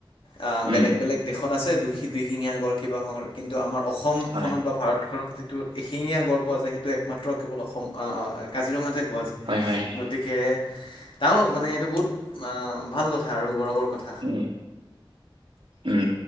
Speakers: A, on the left; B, on the right.
A: আহ,
B: উম
A: বেলেগ বেলেগ দেশত আছে দুি-দুইশিঙীয়াগৰ কিবা <unintelligible> কিন্তু আমাৰ অসমখনত
B: হয়
A: বা ভাৰতখনত যিটো এশিঙীয়া গঢ় পোৱা যায় সেইটো এক মাত্ৰ কেৱল অসম, আহ, কাজিৰঙাতহে পোৱা যায়।
B: হয় হয়
A: <unintelligible> গতিকে, তাৰ মানে এইটো বহুত ভাল কথা আৰু গৌৰৱৰ কথা।
B: উম উম।